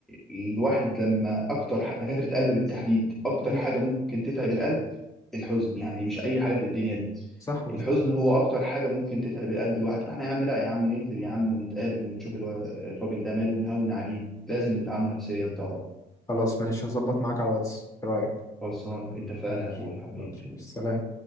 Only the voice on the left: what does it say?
مم.
صح مظبوط
خلاص ماشي هظبط معاك على واتس ايه رأيك
ماشي
خلاص ماشي. سلام